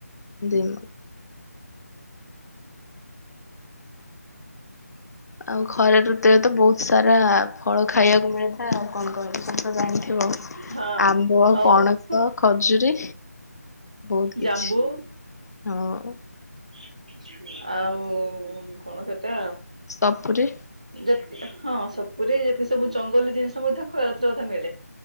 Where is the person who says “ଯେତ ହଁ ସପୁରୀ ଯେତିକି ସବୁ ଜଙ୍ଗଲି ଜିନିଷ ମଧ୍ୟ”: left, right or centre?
Right